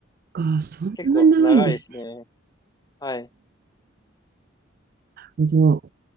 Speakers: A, on the right; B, on the left.
A: が、そんなに長いんですね。
B: 結構長いですね。はい。
A: なるほど